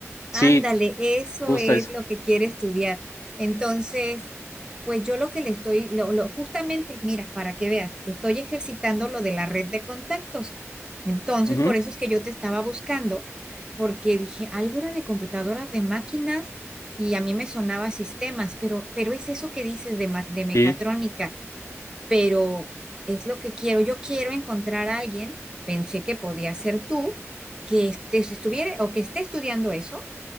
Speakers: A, on the left (about 80°); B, on the right (about 15°).
A: Sí,
B: Ándale, eso
A: justa
B: es
A: esa.
B: lo que quiere estudiar. Entonces, pues yo lo que le estoy, lo, lo- justamente, mira, para que veas, estoy ejercitando lo de la red de contactos. Entonces,
A: Ujú,
B: por eso es que yo te estaba buscando, porque dije, algo era de computadoras, de máquinas, y a mí me sonaba sistemas, pero, pero es eso que dices de, ma- de mecatrónica,
A: Sí,
B: pero es lo que quiero. Yo quiero encontrar a alguien, pensé que podía ser tú, que estés- estuviera o que esté estudiando eso